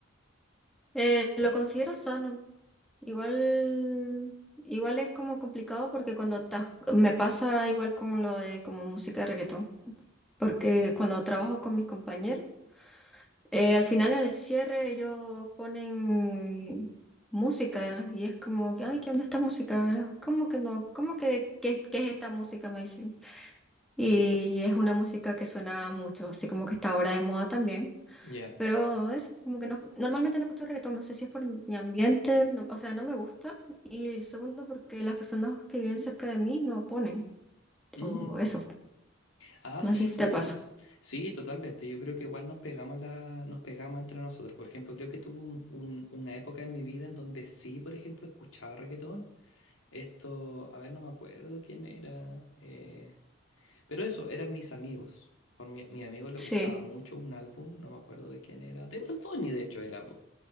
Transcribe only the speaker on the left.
Ya.
Mm.
Ah,
sí,
full.
Sí, totalmente. Yo creo que igual nos pegamos la, nos pegamos entre nosotros. Por ejemplo, creo que tuve un- un- una época en mi vida en donde sí, por ejemplo, escuchaba reggaetón. Esto, a ver, no me acuerdo quién era. eh, Pero eso, eran mis amigos. Por mi, mi amigo le
gustaba mucho un álbum, no me acuerdo de quién era. De Bad Bunny, de hecho, era.